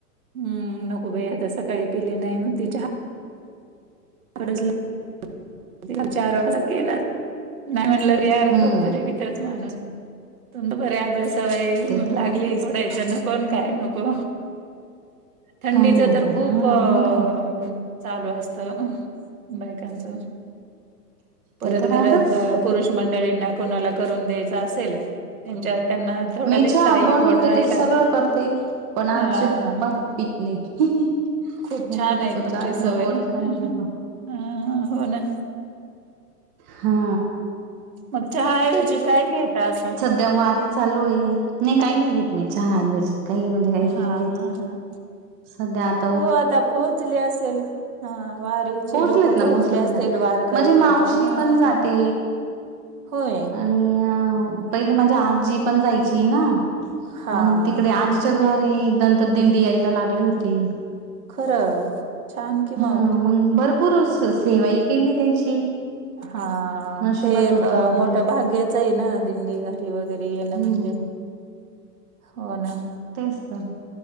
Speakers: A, on the right; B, on the right.
A: हम नको बाई आता सकाळी पिले नाही म्हनती चहा. <unintelligible> चार वाजता केला नाही म्हणलं रे अर्धकप
B: हम्म
A: तरी पीते. तेच माणूस तुड बर आपल्या सवय
B: ते तर
A: लागली
B: आहे
A: सोडायच नको. कोण काय नको थंडीच
B: काही नको
A: तर खूप
B: हा
A: अ-
B: मग काय
A: चालू असत बायकांचं. परत
B: ते तर
A: घरात
B: राहतच
A: पुरुष मंडळींना कोणाला करून द्यायच असेल. त्यांच्या त्यांना, थोडा
B: मी
A: द्यायचा
B: चहा
A: एक
B: बनवून
A: घोट
B: देते
A: राहिला
B: सगळं करते, पण
A: हा
B: अजीबात
A: हा
B: पीत नाही.
A: खूप
B: नकोच
A: छान आहे
B: तो
A: तुमची
B: चहा
A: सवय
B: नको काही
A: ह
B: नको
A: हो ना.
B: हा
A: मग चहा ऐवजी काय घेता असं?
B: त्या वारे चालू आहे. नाही काही नाही घेत मी चहा ऐवजी काही म्हणजे काहीच
A: हा
B: नाही घेत.
A: हा
B: संध्या -
A: हो आता पोहोचले असेल, हा वारीचे
B: पोहोचलेत
A: लोक
B: ना
A: पोहोचले
B: पोहोचलेत
A: असेल
B: ना
A: वार- करी
B: माझी
A: लोक
B: मावशी
A: हा.
B: पण जाते
A: होय-
B: आणि पहिले माझ्या आजी पण जायची ना,
A: हा
B: मग तिकडे
A: हा
B: आजीच्या घरात - मी नंतर दिंडी यायला लागली होती.
A: खरं. छान कि मग
B: हा मग भरपूर सेवाही केली त्यांची.
A: हा...
B: नशिबात
A: ते एक
B: होता
A: अ
B: आपल्या
A: मोठं भाग्याच आहे ना दिंडी घरी वगैरे येणं
B: हम्म
A: म्हणजे. हो ना
B: तेच तर